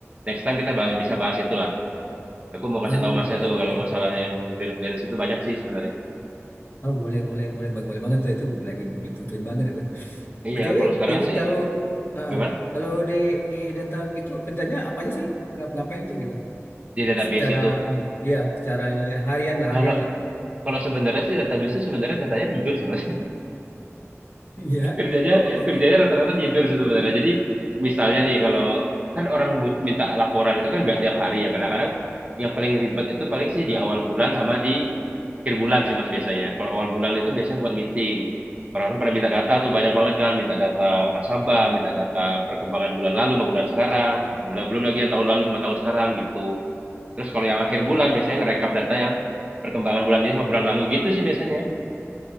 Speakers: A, on the right (about 25°); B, on the left (about 50°).
A: next time kita bah- bisa bahas itu lah. Aku mau kasih
B: Ah,
A: tahu Masnya
B: boleh
A: tuh
B: boleh.
A: kalau masalah yang freelance freelance itu banyak sih sebenarnya.
B: Oh boleh boleh boleh Bang. boleh banget tuh itu lagi dibutuhin banget itu.
A: Iya,
B: BTW
A: kalau sekarang
B: ini
A: sih
B: kalau eh,
A: gimana?
B: kalau di di data gitu kerjanya apa aja sih? Ngap ngapain itu gitu?
A: di database
B: Secara
A: itu.
B: ini, iya, secara ininya harian lah
A: Kalau
B: harian lah. <laughs>
A: kalau sebenarnya sih database itu sebenarnya datanya tidur sih mas.
B: Iya.
A: kerjanya
B: Oh.
A: kerjanya rata-rata tidur sih sebenarnya. Jadi misalnya nih kalau kan orang but- minta laporan itu kan nggak tiap hari ya. Kadang-kadang yang paling ribet itu paling sih di awal bulan sama di akhir bulan sih mas biasanya. Kalau awal bulan itu biasanya buat meeting. Orang-orang pada minta data tuh banyak banget kan, minta data nasabah, minta data perkembangan bulan lalu sama bulan sekarang, bulan belum lagi yang tahun lalu sama tahun sekarang gitu. Terus kalau yang akhir bulan biasanya ngerekap data yang perkembangan bulan ini sama bulan lalu gitu sih biasanya.